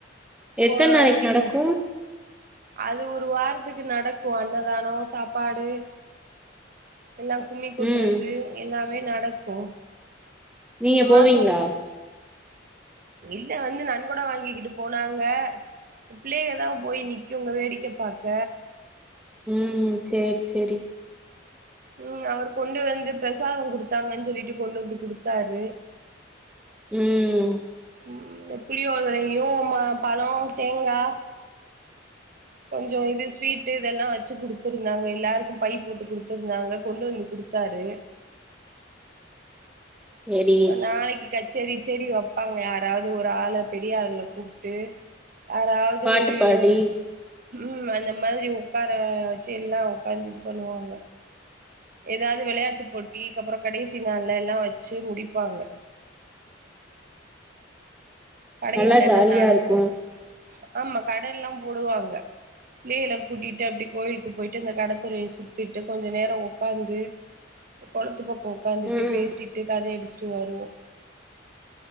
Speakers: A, in the centre; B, on the right.
A: எத்தன்
B: போத்தீங்க
A: நாளைக்கு நடக்கு
B: அது ஒரு வாரத்துக்கு நடக்கு அன்னதானொ சாப்பாடு எல்லா கும்மி கொட்டுறது
A: ம்
B: எல்லாமே நடக்கு
A: நீங்க
B: இந்த
A: போவீங்ளா
B: மாசோ இல்ல வந்து நன்கொட வாங்கிக்கிட்டு போனாங்க பிள்ளக தா போய் நிக்குங்க வேடிக்க பாக்க
A: உம் சேரி சேரி
B: ம் அவரு கொண்டு வந்து பிரசாதங் குடுத்தாங்கன் சொல்லிட்டு கொண்டு வந்து குடுத்தாரு
A: உம்
B: ம் இந்த புளியோதரையையு ம பழோ தேங்கா கொஞ்சோ இது ஸ்வீட்டு இதெல்லா வெச்சு குடுத்திருந்தாங்க எல்லாருக்கு பை போட்டு குடுத்திருந்தாங்க கொண்டு வந்து குடுத்தாரு
A: சேரி
B: நாளைக்கி கச்சேரி கிச்சேரி வெப்பாங்க யாராவ்து ஒரு ஆள பெரிய ஆள்ங்ல கூப்ட்டு யாராவ்து
A: பாட்டு
B: ஒரு
A: பாடி
B: யு ம் அந்த மாதிரி உக்கார வெச்சி எல்லா உக்காந்து இது பண்ணுவாங்க ஏதாது வெளயாட்டு போட்டி கப்றோ கடேசி நாள்ல எல்லா வெச்சு முடிப்பாங்க கடைகள்
A: நல்லா
B: எல்லா
A: ஜாலியா
B: நடக்கு
A: இருக்கு
B: ஆமா கடை எல்லா போடுவாங்க பிள்ளைகல கூட்டிட்டு அப்டி கோயிலுக்கு போய்ட்டு அந்த கடத்துறய சுத்தீட்டு கொஞ்சோ நேரோ ஒக்காந்து கொளத்து பக் ஒக்காந்துட்டு
A: ம்
B: பேசீட்டு கதை அடிச் ட்டு வருவோ